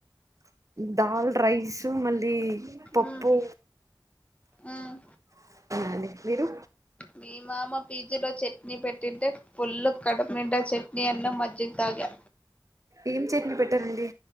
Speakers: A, on the right (about 40°); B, on the left (about 15°).
A: దాల్ రైసు మళ్ళీ పప్పు
B: ఉమ్ ఉమ్
A: అండి మీరు
B: మీ మామ పీజీలో చెట్ ని పెట్టింటే ఫుల్ కడుపునిండా చట్నీ అన్నం మజ్జిగా తాగా
A: ఏం చట్నీ పెట్టారండి?